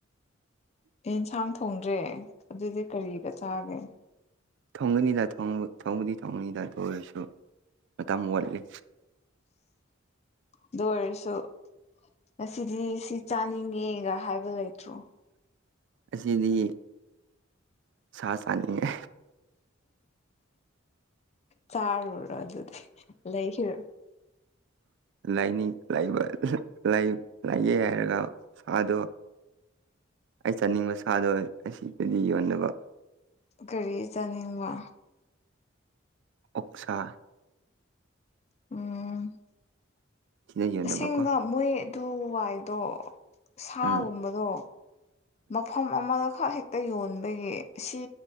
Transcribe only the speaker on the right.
ꯊꯣꯡꯒꯅꯤꯗ ꯊꯣꯡꯕ ꯊꯣꯡꯕꯕꯨꯗꯤ ꯊꯣꯡꯒꯅꯤꯗ ꯑꯗꯨ ꯑꯣꯏꯔꯁꯨ ꯃꯇꯝ ꯋꯥꯠꯂꯤ
ꯑꯁꯤꯗꯤ ꯁꯥ ꯁꯥꯅꯤꯡꯉꯦ
ꯂꯩꯅꯤꯡ ꯂꯩꯕ ꯂꯩ ꯂꯩꯌꯦ ꯍꯥꯏꯔꯒ ꯁꯥꯗꯣ ꯑꯩ ꯆꯥꯅꯤꯡꯕ ꯁꯥꯗꯣ ꯑꯁꯤꯗꯗꯤ ꯌꯣꯟꯗꯕ
ꯑꯣꯛꯁꯥ
ꯁꯤꯗ ꯌꯣꯟꯅꯕꯀꯣ
ꯎꯝ